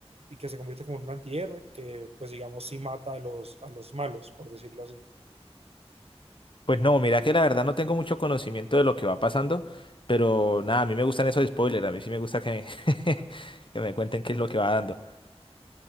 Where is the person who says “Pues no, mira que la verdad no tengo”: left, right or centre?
Left